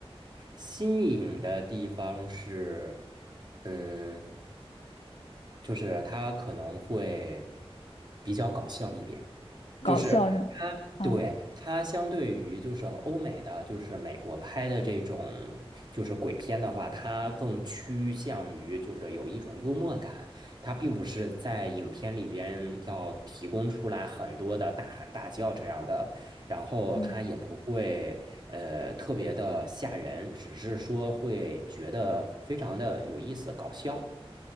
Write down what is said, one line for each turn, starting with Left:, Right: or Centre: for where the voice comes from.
Right: 新颖的地方是，嗯，就是它可能会比较搞笑一点。
Left: 搞笑是吧？
Right: 就是它，
Left: 啊，
Right: 对，它相对于就是欧美的，就是美国拍的这种就是鬼片的话，它更趋向于就是有一种幽默感，它并不是在影片里边要提供出来很多的大喊大叫这样的，然后它也不会呃特别的吓人，
Left: 嗯。
Right: 只是说会觉得非常的有意思、搞笑，